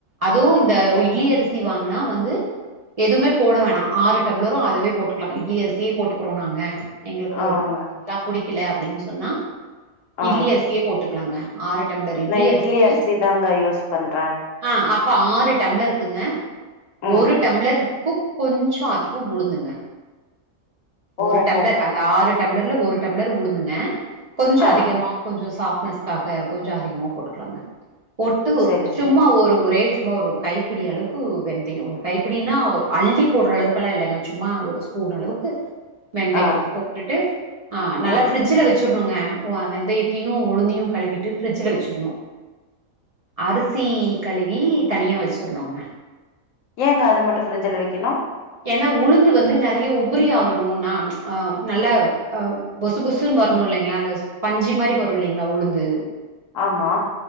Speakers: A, on the right; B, on the left.
A: அதுவூ இந்த
B: ஓ
A: இட்லி அரிசி வாங்கின் னா வந்து எதுமே போட வேணா ஆறு டம்ளரூ அதுவே போட்டு க்லா இட்லி அரிசியே போட்டுக்குறோ நாங்க எங்களுக்கு
B: ஆங்க
A: மத்ததெல்லா புடிக்கல அப்டின் சொன்னா
B: ஆ
A: இட்லி அரிசியே போட்டுக்லாங்க ஆறு டம்ளர் இட்லி
B: நா
A: அரிசிக்கு
B: அரிசி தாங்க யூஸ் பண்றே
A: ஆ அப் ப ஆறு டம்ளருக்குங்க
B: ம்
A: ஒரு டம்ளருக்குக் கொஞ்சோ அதிகோ உளுந்துங்க
B: ஓஹோ
A: ஒரு டம்ளர் அந்த ஆறு டம்ளர்ல ஒரு டம்ளர் உளுந்துங்க கொஞ்ச
B: ஆ
A: அதிகமா கொஞ்ச சாஃப்ட்னஸ்காக கொஞ்ச அதிகமா போட்டுக்லாங்க ஒட்டு
B: சரி சரி
A: சும்மா ஒரு ஒரே சும்மா ஒரு கைப்பிடி அளவுக்கு வெந்தய ஒரு கைப்பிடினா ஒரு அள்ளி போடுற அளவுக்லா இல்லங்க சும்மா ஒரு ஸ்பூன் அளவுக்கு வெந்தய
B: ஆ
A: போட்டுட்டு அ நல்லா
B: ம்
A: ஃபிரிட்ஜ்ல வச்சு கனுங்க வ வெந்தயத்தையு உளுந்தையு கழுவிட்டு ஃபிரிட்ஜல வெச்சிர்ணு அரிசி கழுவி தனியா வெச்சர்னுங்க
B: ஏங்க அது மட்டு ஃப்ரிட்ஜ்ல வெக்கணு
A: ஏனா உளுந்து வந்து நெறைய உபரி ஆகணுனா அ நல்லா அ பொசு பொசுன் வர னு இல்லைங்ளா அந்த ஸ்பஞ்சி மாரி வரு இல்லைங்ளா உளுந்து
B: ஆமா